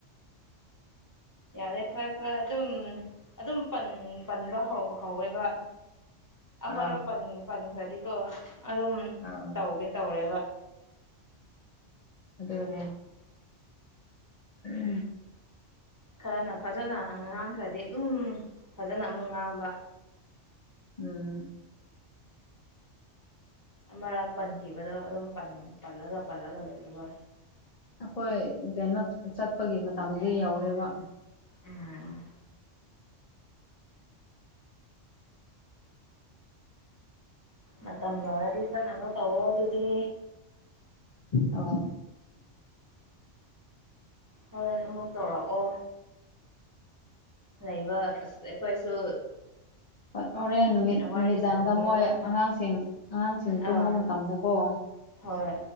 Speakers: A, on the left; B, on the left.
A: ꯌꯥꯗꯦꯀ꯭ꯔ ꯑꯦꯀ꯭ꯔ ꯑꯗꯨꯝ ꯑꯗꯨꯝ ꯄꯟꯕ ꯍꯧꯋꯦꯕ ꯑꯔ
B: ꯑꯥ
A: ꯄꯟ ꯄꯟꯈ꯭ꯔꯗꯤꯀꯣ ꯑꯗꯨꯝ
B: ꯑꯥ
A: ꯇꯧꯒꯦ ꯇꯧꯔꯦꯕ
B: ꯑꯗꯨꯗꯅ ꯎꯝ
A: ꯈꯔꯅ ꯐꯖꯅ ꯑꯉꯥꯡ ꯈ꯭ꯔꯗꯤ ꯑꯗꯨꯝ ꯐꯖꯅ ꯑꯃꯨꯛ ꯉꯥꯡꯕ
B: ꯎꯝ
A: ꯑꯃꯔꯛ ꯄꯟꯈꯤꯕꯗꯣ ꯑꯗꯨꯝ ꯄꯜꯂꯒ ꯄꯜꯂꯒ ꯂꯩꯔ
B: ꯍꯈꯣꯏ ꯀꯩꯅꯣ ꯆꯠꯄꯒꯤ ꯃꯇꯝꯗꯤ ꯌꯧꯔꯦꯕ
A: ꯎꯝ ꯃꯇꯝ ꯌꯧꯔꯗꯤ ꯆꯠꯅꯕꯣ ꯇꯧꯔꯣ ꯑꯗꯨꯗꯤ
B: ꯑ
A: ꯍꯣꯔꯦꯟ ꯑꯃꯨꯛ ꯇꯧꯔꯛꯑꯣ ꯂꯩꯕ ꯑꯩꯈꯣꯏꯁꯨ
B: ꯠ ꯍꯣꯔꯦꯟ ꯅꯨꯃꯤꯠ
A: ꯋꯥꯔꯤ
B: ꯅꯨꯃꯤꯗꯥꯡꯗ
A: ꯁꯥꯅꯤꯡꯉꯦꯕ
B: ꯃꯣꯏ
A: ꯎꯝ
B: ꯑꯉꯥꯡꯁꯤꯡ ꯑꯉꯥꯡꯁꯤꯡ ꯇꯨꯝꯕ
A: ꯑꯥ
B: ꯃꯇꯝꯗꯀꯣ ꯎ
A: ꯍꯣꯏ